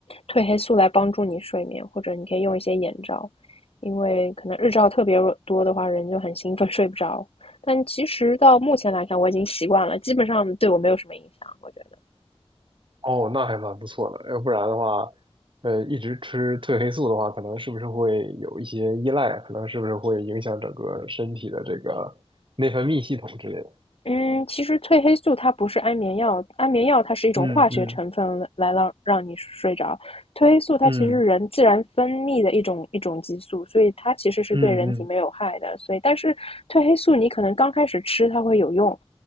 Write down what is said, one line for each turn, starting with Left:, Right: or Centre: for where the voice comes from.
Left: 褪黑素来帮助你睡眠，或者你可以用一些眼罩，因为可能日照特别多的话，人就很兴奋 <laughs> 睡不着。但其实到目前来看，我已经习惯了，基本上对我没有什么影响，我觉得。
Right: 哦，那还蛮不错的。要不然的话，呃，一直吃褪黑素的话，可能是不是会有一些依赖？可能是不是会影响整个身体的这个内分泌系统之类的？
Left: 嗯，其实褪黑素它不是安眠药，安眠药它是一种化学成分来让让你睡着，
Right: 嗯嗯
Left: 褪黑素它其实是人自然分泌的一种一种激素，
Right: 嗯
Left: 所以它其实是对人体没有害的。
Right: 嗯嗯
Left: 所以，但是褪黑素你可能刚开始吃它会有用，